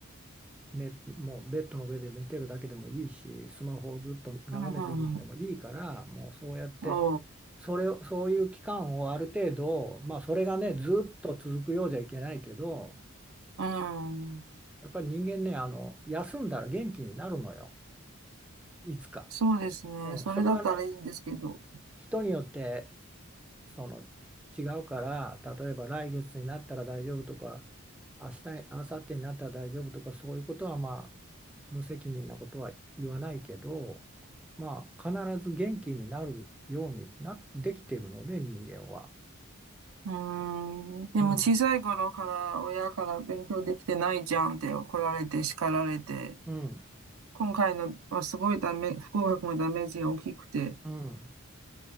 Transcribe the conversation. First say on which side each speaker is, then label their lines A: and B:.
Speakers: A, in the centre; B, on the right (about 80°).
A: ね、もうベッドの上で寝てるだけでもいいし、スマホをずっと眺めてるんでもいいから、
B: うん、うん。
A: もうそうやって、
B: おう。
A: それを、そういう期間をある程度、まあそれがね、ずっと続くようじゃいけないけど、
B: うん。
A: やっぱり人間ね、あの、休んだら元気になるのよ、いつか。
B: そうですね。
A: うん、
B: それだったらいいんですけど。
A: それはね、人によってその違うから例えば来月になったら大丈夫とか明日に明後日になったら大丈夫とかそういうことはまあ無責任なことは言わないけどまあ必ず元気になるようになできてるので人間は。
B: うーん。でも小さい頃から親から勉強できてないじゃんって怒られて叱られて、
A: うんうん
B: 今回のはすごいダメ、不合格のダメージが大きくて、
A: うん